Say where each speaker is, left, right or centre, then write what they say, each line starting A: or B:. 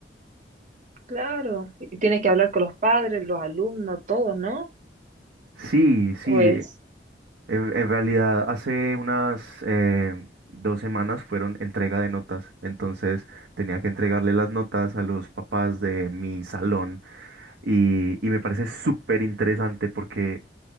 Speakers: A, on the right; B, on the right.
A: claro, y tienes que hablar con los padres, los alumnos, todos, ¿no?
B: Sí, sí,
A: Pues
B: en, en realidad hace unas eh, dos semanas fueron entrega de notas, entonces tenía que entregarle las notas a los papás de mi salón y, y me parece súper interesante porque